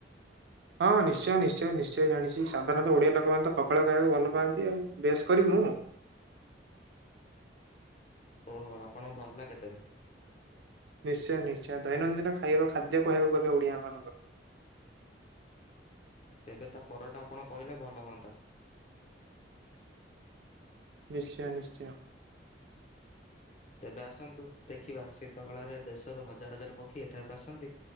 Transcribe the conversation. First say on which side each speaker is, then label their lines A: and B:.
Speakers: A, on the right; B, on the left.
A: ହଁ ନିଶ୍ଚୟ ନିଶ୍ଚୟ ନିଶ୍ଚୟ ଜାଣିଛି ସାଧାରଣତଃ ଓଡିଆ ଲୋକମାନେ ତ ପଖାଳ ଖାଇବାକୁ ଭଲ ପାଆନ୍ତି ଆଉ ବେଶ କରି ମୁଁ।
B: ଓହୋ ଆପଣକୁ ଭଲଲାଗେ ତେବେ।
A: ନିଶ୍ଚୟ ନିଶ୍ଚୟ ଦୈନନ୍ଦିନ ଖାଇବା ଖାଦ୍ୟ କହିବାକୁ ଗଲେ ଓଡିଆ ମାନଙ୍କର।
B: ତେବେ ତା ପରଟା ଆପଣ କହିଲେ ଭଲ ହୁଅନ୍ତା।
A: ନିଶ୍ଚୟ ନିଶ୍ଚୟ
B: ତେବେ ଆସନ୍ତୁ ଦେଖିବା ଶୀତ କାଳରେ ଦେଶରୁ ହଜାର ହଜାର ପକ୍ଷୀ ଏଠାକୁ ଆସନ୍ତି।